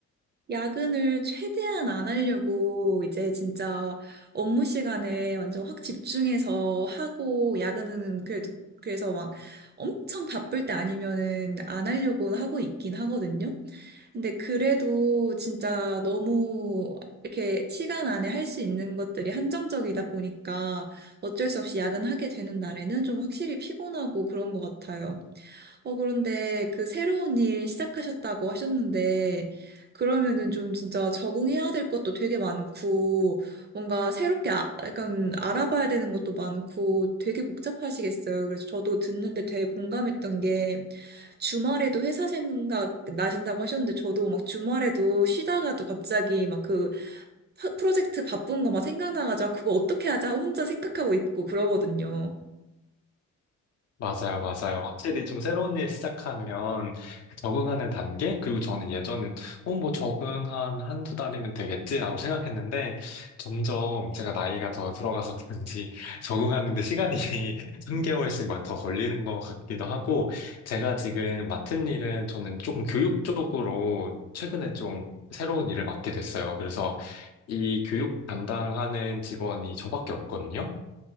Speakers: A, on the right; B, on the left.
A: 야근을 최대한 안 하려고 이제 진짜 업무 시간에 완전 확 집중해서 하고 야근은 그래도 그래서 막 엄청 바쁠 때 아니면은 안 하려고 하고 있긴 하거든요. 근데 그래도 진짜 너무 이렇게 시간 안에 할 수 있는 것들이 한정적이다 보니까 어쩔 수 없이 야근하게 되는 날에는 좀 확실히 피곤하고 그런 것 같아요. 어, 그런데 그 새로운 일 시작하셨다고 하셨는데, 그러면은 좀 진짜 적응해야 될 것도 되게 많고, 뭔가 새롭게 아, 약간 알아봐야 되는 것도 많고, 되게 복잡하시겠어요. 그래서 저도 듣는데 되게 공감했던 게, 주말에도 회사 생각 나신다고 하셨는데, 저도 막 주말에도 쉬다가도 갑자기 막 그 프로젝트 바쁜 거 막 생각나가지고, 아, 그거 어떻게 하자 혼자 생각하고 있고 그러거든요.
B: 맞아요, 맞아요. 확실히 좀 새로운 일 시작하면 그 적응하는 단계? 그리고 저는 예전엔, 어, 뭐 적응 한 한 두 달이면 되겠지라고 생각했는데 점점 제가 나이가 더 들어가서 그런지 <laughs> 적응하는 데 시간이 <laughs> 한개월씩 막 더 걸리는 것 같기도 하고 제가 지금 맡은 일은 저는 조금 교육 쪽으로 최근에 좀 새로운 일을 맡게 됐어요. 그래서 이 교육 담당하는 직원이 저밖에 없거든요.